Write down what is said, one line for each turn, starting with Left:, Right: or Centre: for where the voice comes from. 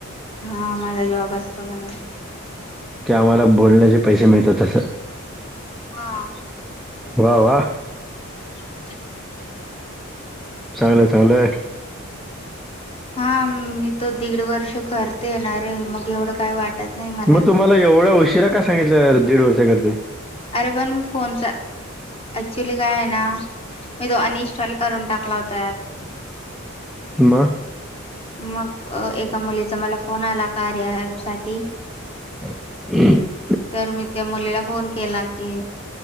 Left: हा माझा जॉब असतो म्हणून
Centre: की आम्हाला बोलण्याचे पैसे मिळतात तसं.
Left: हा
Centre: वा वा.
Left: <unintelligible>
Centre: चांगलंय चांगलंय.
Left: हा मी त दीड वर्ष करते येणार रे मग एवढं काय वाटत नाही मला
Centre: मग तुम्हाला एवढ्या उशिरा का सांगितल्या दीड वर्ष करते.
Left: अरे पण मी फोनचा ऍक्च्युली काय आहे ना मी तो अनइन्स्टॉल करून टाकला होता ऍप
Centre: म
Left: मग एका मुलीचा मला फोन आला कार्या ॲप साठी
Centre: <unintelligible>
Left: तर मी त्या मुलीला फोन केला की